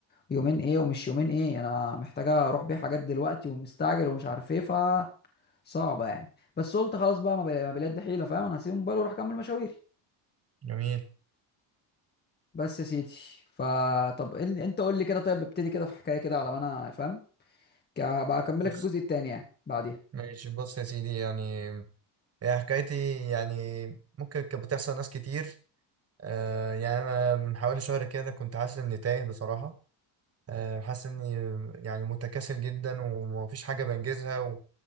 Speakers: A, on the left (about 20°); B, on the right (about 30°).
A: يومين ايه ومش يومين ايه انا محتاجه اروح بيه حاجات دلوقتي ومستعجل ومش عارف ايه ف صعبه يعني بس قلت خلاص بقى ما بلا- ما بلاد دي حيله فاهم انا هسيب الموبايل واروح اكمل مشاويري
B: جميل
A: بس يا سيدي فطب إن- انت قول لي كده طيب ابتدي كده في حكايه كده على ما انا فاهم ك- بقى اكملك
B: بص
A: الجزء التاني يعني بعديها
B: ماشي بص يا سيدي يعني هي حكايتي يعني ممكن كانت بتحصل ناس كتير آه يعني انا من حوالي شهر كده كنت حاسس اني تايه بصراحة آه، حاسس اني يعني متكاسل جدا ومفيش حاجة بنجزها و...